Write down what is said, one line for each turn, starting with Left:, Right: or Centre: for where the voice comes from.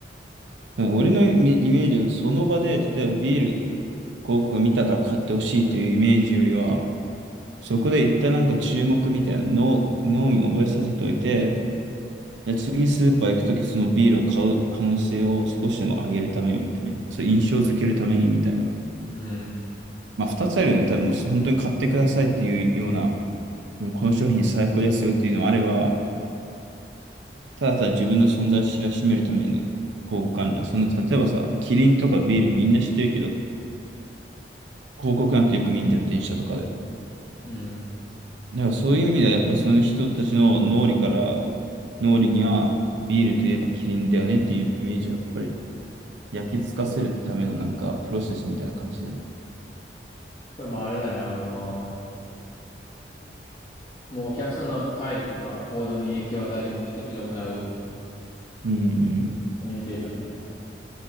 Right: だから俺のイメイメージはその場で、例えばビール広告を見たから買ってほしいというイメージよりは、そこで一旦なんか注目みたいなの脳に覚えさせておいて、じゃあ次スーパー行くときそのビールを買う可能性を少しでも上げるためにみたいな。そう印象づけるためにみたいな。
Left: うん。
Right: まあ二つあるよね。多分もう本当に買ってくださいっていうような、この商品最高ですよっていうのもあれば、ただただ自分の存在を知らしめるために広告あるじゃん。そんな、例えばさ、キリンとかビールみんな知ってるけど、広告なんてよく見んじゃん、電車とかで。
Left: うん。
Right: だからそういう意味では、やっぱりその人たちの脳裏から、脳裏にはビールといえばキリンだよねっていうイメージは、やっぱり焼き付かせるためのなんかプロセスみたいな感じだよね。
Left: でもあれだよね。あのーもうお客さんの態度とか行動に影響を与える目的で行う
Right: うんうん。
Left: コミュニケーションだね。